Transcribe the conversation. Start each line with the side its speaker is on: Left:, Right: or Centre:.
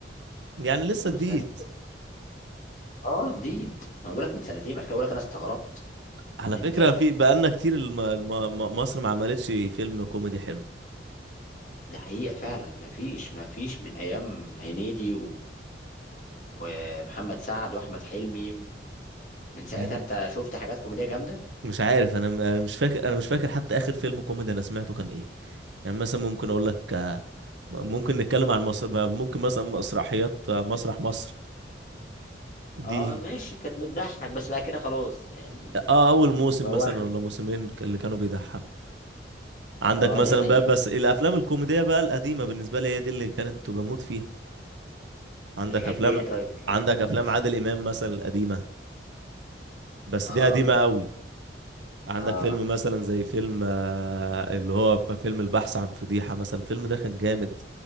Right: يعني
Left: من
Right: لسه جديد
Left: سنتين اه جديد ما بقولك من سنتين عشان كده بقولك انا استغربت
Right: على
Left: ان انت
Right: فكره في بقالنا كتير الم... الم... م- مصر ما عملتش فيلم كوميدي حلو
Left: ده حقيقة فعلا مفيش مفيش من أيام هنيدي و... ومحمد سعد وأحمد حلمي و... من ساعتها
Right: يعني
Left: أنت شفت حاجات كوميدية جامدة؟
Right: مش عارف انا انا مش فاكر انا مش فاكر حتى اخر فيلم كوميدي انا سمعته كان ايه يعني مثلا ممكن اقول لك آه، ممكن نتكلم عن مصر ممكن مثلا مسرحيات آه، مسرح مصر
Left: أه
Right: دي
Left: ماشي كانت بتضحك بس بقى كده خلاص يعني
Right: اه اول موسم
Left: بواخر
Right: مثلا ولا موسمين اللي كانوا بيضحكوا عندك
Left: أه
Right: مثلا
Left: دي حقيقة
Right: بقى بس الافلام الكوميديه بقى القديمه بالنسبه لي هي دي اللي كانت بموت فيها عندك
Left: بتحب
Right: افلام
Left: إيه طيب؟ بتحب
Right: عندك
Left: مين
Right: افلام
Left: مثلا؟
Right: عادل امام مثلا القديمه بس
Left: أه
Right: دي قديمه قوي عندك
Left: أه
Right: فيلم مثلا زي فيلم آه، اللي هو فيلم البحث عن فضيحة مثلا الفيلم ده كان جامد